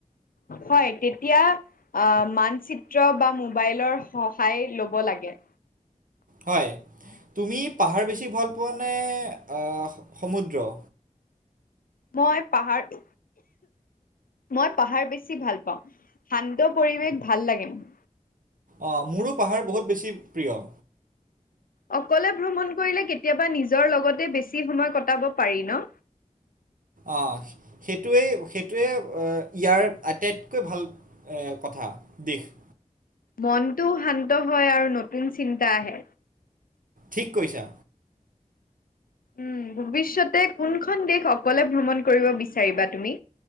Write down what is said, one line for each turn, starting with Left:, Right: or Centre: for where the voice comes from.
Left: হয় তেতিয়া আহ, মানচিত্ৰ বা মোবাইলৰ সহায় লব লাগে।
Right: হয়, তুমি পাহাৰ বেছি ভাল পোৱা নে আ' সমুদ্ৰ?
Left: মই পাহাৰ মই পাহাৰ বেছি ভাল পাওঁ শান্ত পৰিৱেশ ভাল লাগে মোৰ।
Right: অঁ মোৰো পাহাৰ বহুত বেছি প্ৰিয়।
Left: অকলে ভ্ৰমণ কৰিলে কেতিয়াবা নিজৰ লগতে বেছি সময় কটাব পাৰি ন?
Right: অঁ সেইটোৱেই সেইটোৱে আ ইয়াৰ আটাইতকৈ ভাল। এ কথা দেশ
Left: মনটো শান্ত হয় আৰু নতুন চিন্তা আহে।
Right: ঠিক কৰিছা।
Left: উম, ভৱিষ্যতে কোনখন দেশ অকলে ভ্ৰমণ কৰিব বিচাৰিবা তুমি?